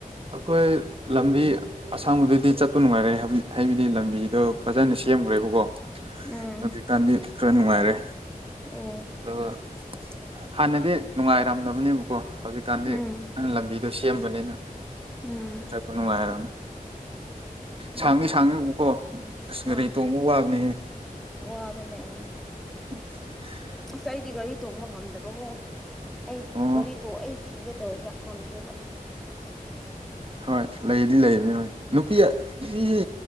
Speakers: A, on the right; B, in the centre.
A: ꯑꯩꯈꯣꯏ ꯂꯝꯕꯤ ꯑꯁꯥꯡꯕꯗꯗꯤ ꯆꯠꯄ ꯅꯨꯡꯉꯥꯏꯔꯦ ꯍꯥꯏꯕꯗꯤ ꯂꯝꯕꯤꯗꯣ ꯐꯖꯅ ꯁꯦꯝ ꯐꯪꯈ꯭ꯔꯦꯕꯀꯣ
B: ꯎꯝ
A: ꯍꯧꯖꯤꯛꯀꯥꯟꯗꯤ ꯈꯔ ꯅꯨꯡꯉꯥꯏꯔꯦ
B: ꯑꯣ
A: ꯑꯗꯨꯒ ꯍꯥꯟꯅꯗꯤ ꯅꯨꯡꯉꯥꯏꯔꯝꯅꯕꯅꯦꯕꯀꯣ ꯍꯧꯖꯤꯛꯀꯥꯟꯗꯤ
B: ꯎꯝ
A: ꯅꯪ ꯂꯝꯕꯤꯗꯣ ꯁꯦꯝꯕꯅꯤꯅ
B: ꯎꯝ
A: ꯆꯄꯅꯅꯨꯡ ꯍꯥꯏꯔ
B: ꯎꯝ
A: ꯁꯥꯡꯉ ꯁꯥꯡꯉꯀꯣ ꯑꯁ ꯒꯥꯔꯤ
B: ꯑꯥ
A: ꯇꯣꯡꯕ ꯋꯥꯕꯅꯦꯍꯦ
B: ꯋꯥꯕꯅꯦ ꯎꯝ
A: <inaudible>
B: ꯑꯁ ꯑꯩꯗꯤ ꯒꯥꯔꯤ ꯇꯣꯛꯕ ꯉꯝꯗꯕꯀꯣ ꯑꯩ
A: ꯑꯣ
B: ꯒꯥꯔꯤ ꯇꯣꯛꯏꯁꯤ ꯊꯤꯒꯦ ꯇꯧꯋꯦꯕ ꯉꯝꯗꯦꯕ
A: ꯍꯣꯏ ꯂꯩꯗꯤ ꯂꯩꯕꯅꯤ ꯍꯣꯏ ꯅꯨꯄꯤ ꯅꯨꯄꯤꯁꯦ